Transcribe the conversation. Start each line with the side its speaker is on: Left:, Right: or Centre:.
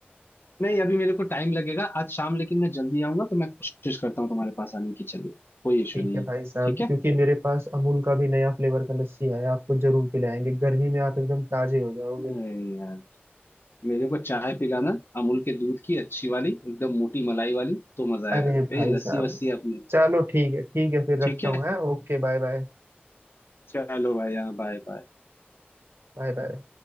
Left: नहीं अभी मेरे को टाइम लगेगा आज शाम लेकिन मैं जल्दी आऊंगा तो मैं कोशिश करता हूँ तुम्हारे पास आने की चलिए कोई इशू
Right: ठीक
Left: नहीं
Right: है
Left: है
Right: भाई साहब
Left: ठीक है
Right: क्योंकि मेरे पास अमूल का भी नया फ्लेवर का लस्सी आया है, आपको जरूर पिलाएंगे गर्मी में आप एकदम ताजे हो जाओगे
Left: अरे यार मेरे को चाय पिलाना अमूल के दूध की अच्छी वाली एकदम मोटी मलाई वाली तो मजा आएगा
Right: अरे भाई
Left: ए लस्सी
Right: साहब
Left: वस्सी अपनी
Right: चलो ठीक है ठीक है फिर
Left: ठीक
Right: रखता
Left: है
Right: हूँ है okay bye bye
Left: चलो भाई हाँ बाय बाय
Right: Bye bye